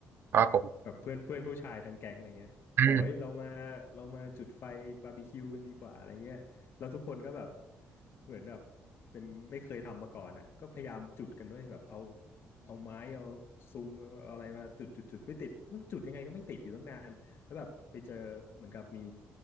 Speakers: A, on the right (about 55°); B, on the left (about 60°).
A: ครับผม
B: แบบเพื่อนเพื่อนผู้ชายทั้งแก๊งอะไรเงี้ยแล้วบอเ้ยเรามาเรามาจุดไฟบาร์บีคิวกันดีกว่าอะไรเงี้ยแล้วทุกคนก็แบบ
A: อืม
B: เหมือนแบบเป็นไม่เคยทำมาก่อนอ่ะก็พยายามจุดกันด้วยแบบเอาเอาไม้เอาซุงเอาอะไรมาจุดจุดจุดไม่ติดต้องจุดยังไงก็ไม่ติดอยู่ตั้งนานแล้วแบบไปเจอเหมือนกับมี